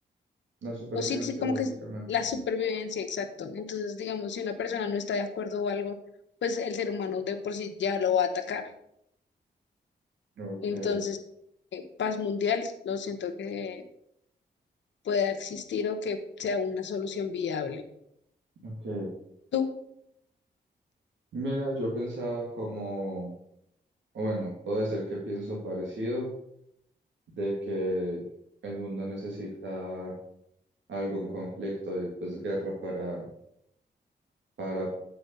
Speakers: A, on the right; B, on the left.
A: La supervivencia,
B: o sí, sí, como
A: básicamente.
B: que es la supervivencia, exacto. Entonces, digamos, si una persona no está de acuerdo o algo, pues el ser humano de por sí ya lo va a atacar.
A: Ok,
B: Entonces, eh, paz mundial, no siento que pueda existir o que sea una solución viable.
A: ok.
B: ¿Tú?
A: Mira, yo pensaba como, o bueno, puedo decir que pienso parecido, de que el mundo necesita algún conflicto y pues guerra para, para